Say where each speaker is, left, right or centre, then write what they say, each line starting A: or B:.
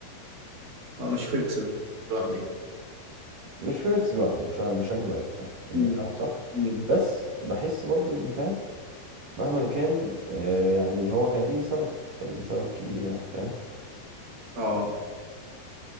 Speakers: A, on the right (about 55°); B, on the right (about 85°).
A: اه مش فيليكس لوحده يعني
B: مش فليكس لوحده مش ه- مش هكدب عليك فاهم يعني
A: امم
B: كلامك صح
A: امم
B: بس بحس برضو إن فاهم مهما كان آه، يعني هو كان ليه سبب كان ليه سبب كبير يعني فاهم
A: اه